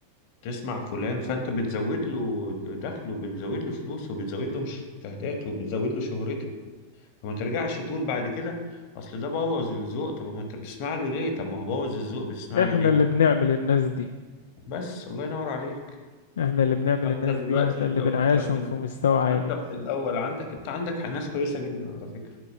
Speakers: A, on the left; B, on the left.
A: تسمع فلان فانت بتزود له دخله وبتزود له فلوسه وبتزود له مشاهداته وبتزود له شهرته فما ترجعش تقول بعد كده اصل ده بوظ الذوق طب ما انت بتسمع له ليه طب ما هو بوظ الذوق بتسمع
B: احنا
A: له ليه
B: اللي بنعمل الناس دي
A: بس الله ينور عليك
B: احنا اللي بنعمل
A: فانت
B: الناس
A: دلوقتي
B: دي واحنا
A: لو
B: اللي بنعيشهم
A: انت من ال-
B: في مستوى عالي
A: انت من الاول عندك انت عندك ناس كويسة جدا على فكرة